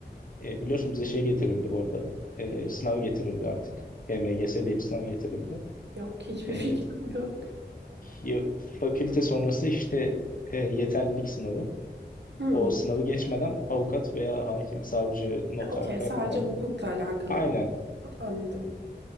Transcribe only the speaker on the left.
e, biliyorsun bize şey getirildi bu arada E, sınav getirildi artık. HMGS diye bir sınav getirildi.
E,
Ya- Fakülte sonrası işte e, yeterlilik sınavı.
O sınavı geçmeden avukat veya hakim, savcı, noter,
kaymakam.
Aynen.